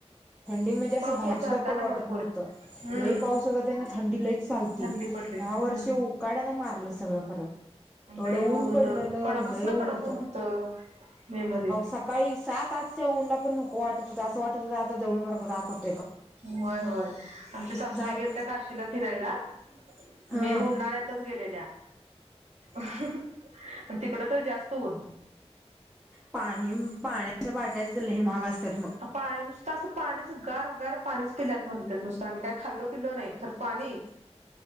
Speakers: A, in the centre; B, on the right.
A: थंडी म्हणजे असं
B: पाऊस
A: बाहेर
B: होत
A: सुद्धा
B: चालता
A: पड
B: ना
A: वाटत
B: भरपूर
A: नव्हतं
B: हम्म
A: लई पाऊसता त्यांना थंडी लयच चालते
B: थंडी पडली
A: ह्या
B: हम्म
A: वर्ष काड्यानं मारलं सगळं खरं एवढं
B: लई
A: ऊन
B: होत
A: पडलंलं
B: कडक कसलं
A: लय ऊन
B: कडक होतं मे मध्ये
A: सकाळी सात ताटच्या ऊनला प नको वाटत होत असं वाटत आता जळून मारग कााखत
B: होय होय आमच्या सासूबाई
A: झाल
B: गेले त्या काशीला फिरायला
A: हं
B: मेन उन्हाळ्यातच गेलेल्या आणि तिकडं तर जास्त ऊन
A: पाणी पाण्याच्या बाटल्या तिथ ल माग असतात मग
B: पाणी नुसतं असं पाणीच गार गार पाणीच पिल्यात म्हणतात नुसतं आम्ही काय खाल्लो पिलो नाही खर पाणी